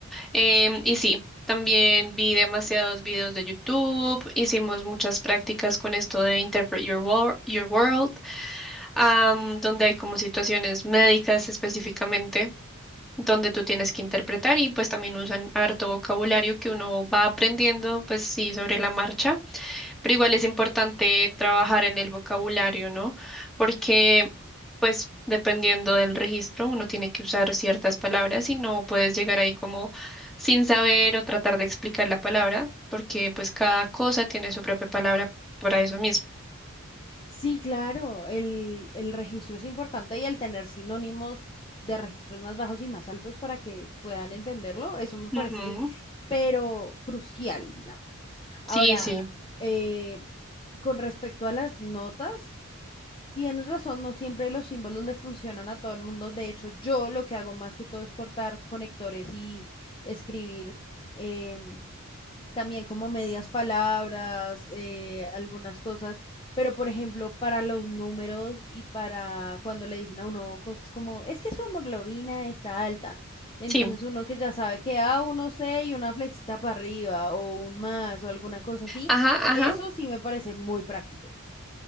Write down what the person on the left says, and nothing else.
Sí, claro, el, el registro es importante y el tener sinónimos de registros más bajos y más altos para que puedan entenderlo, eso me parece,
pero crucial, digamos. Ahora,
eh, con respecto a las notas, tienes razón, no siempre los símbolos le funcionan a todo el mundo. De hecho, yo lo que hago más que todo es cortar conectores y escribir. eh, también como medias palabras, eh, algunas cosas, pero por ejemplo, para los números y para cuando le dicen a uno cosas como, es que su hemoglobina está alta, entonces
uno que ya sabe que a uno C y una flechita para arriba o un más o alguna cosa así,
eso sí me parece muy práctico.